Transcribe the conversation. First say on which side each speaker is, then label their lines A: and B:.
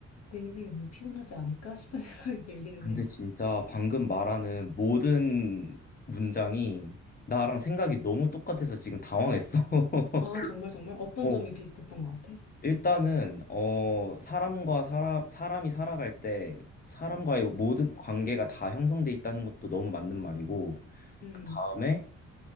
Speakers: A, on the left; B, on the left.
A: 내 인생이 너무 피곤하지 않을까 싶은 <laughs> 생각이 들기는
B: 근데
A: 해.
B: 진짜 방금 말하는 모든 문장이 나랑 생각이 너무 똑같아서 지금 당황했어. <laughs>
A: 아, 정말 정말 어떤
B: 어,
A: 점이 비슷했던 것 같아?
B: 일단은 어 사람과 사람 사람이 살아갈 때 사람과의 모든 관계가 다 형성돼 있다는 것도 너무 맞는 말이고
A: 음,
B: 그 다음에